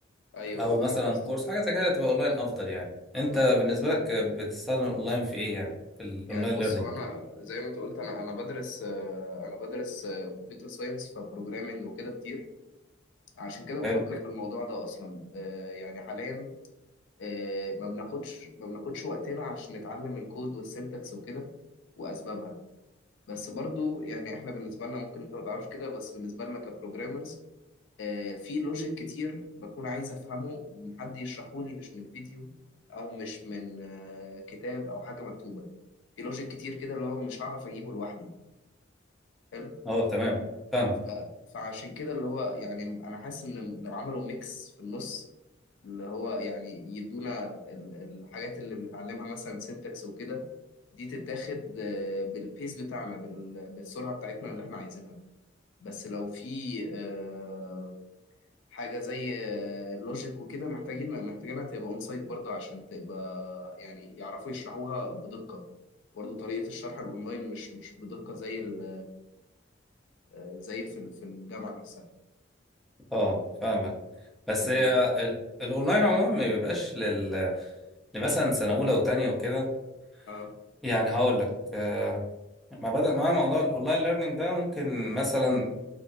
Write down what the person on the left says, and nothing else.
ايوه
آه، فاهم
قصدك
اه
يعني بص
هو انا زي ما انت قلت انا انا بدرس آه انا بدرس كمبيوتر ساينس فبروجرامنج وكده كتير عشان كده بفكر
في الموضوع ده اصلا آه، يعني حاليا آه، ما بناخدش ما بناخدش وقتنا عشان نتعلم الكود والسنتكس وكده واسبابها بس برضو يعني احنا بالنسبه لنا ممكن انت ما تعرفش كده بس بالنسبه لنا كبروجرامرز آه، في لوجيك كتير بكون عايز افهمه من حد يشرحه لي مش من فيديو او مش من آه، كتاب او حاجه مكتوبه في لوجيك كتير كده اللي هو مش هعرف اجيبه لوحدي حلو
ف... فعشان كده اللي هو يعني انا حاسس ان لو عملوا ميكس في النص اللي هو يعني يدونا ال- الحاجات اللي بنتعلمها مثلا سينتاكس وكده دي تتاخد آه، بالبيس بتاعنا بال- بالسرعه بتاعتنا اللي احنا عايزينها بس لو في آه، حاجه زي اللوجيك وكده محتاجين محتاجينها تبقى اون سايت برضه عشان تبقى يعني يعرفوا يشرحوها بدقه برضه طريقه الشرح الاونلاين مش مش بدقه زي ال- آه، زي في ال- في الجامعه نفسها
فاهمني
اه